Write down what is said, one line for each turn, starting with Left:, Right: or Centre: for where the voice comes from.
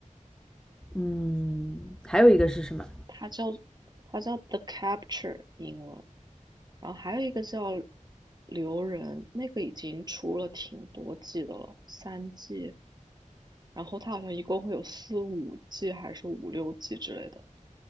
Centre: 嗯，还有一个是什么？
Right: 它叫它叫 The Capture 英文，然后还有一个叫留人，那个已经出了挺多季的了，三季，然后它好像一共会有四五季还是五六季之类的，